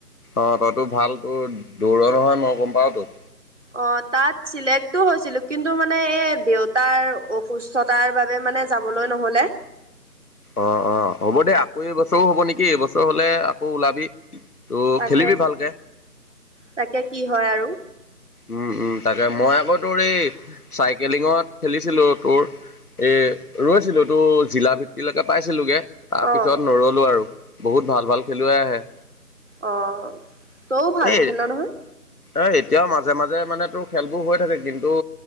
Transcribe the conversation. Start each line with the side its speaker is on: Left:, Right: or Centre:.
Left: অ', তইতো ভাল তোৰ দৌৰ নহয় মই গম পাওঁতো।
Right: অ', তাত চিলেক্টটো হৈছিলো, কিন্তু মানে এই দেউতাৰ অসুস্থতাৰ বাবে মানে যাবলৈ নহলে।
Left: অ', অ', হ'ব দে আকৌ এইবছৰো হব নেকি, এইবছৰ হলে আকৌ ওলাবি। ত'
Right: তাকে,
Left: খেলিবি ভালকে
Right: তাকে কি হয় আৰু।
Left: উম, উম, তাকে মই আকৌ তোৰ এই চাইকেলিঙত খেলিছিলো তোৰ এ ৰৈছিলো টো জিলা ভিত্তিলৈকে পাইছিলোগে। তাৰপিছত
Right: অ
Left: নৰলো আৰু বহুত ভাল ভাল খেলুৱৈ আহে।
Right: অ', তইও ভাল
Left: এই
Right: খেল নহয়।
Left: এ এতিয়াও মাজে, মাজে মানে তোৰ খেলবোৰ হৈ থাকে কিন্তু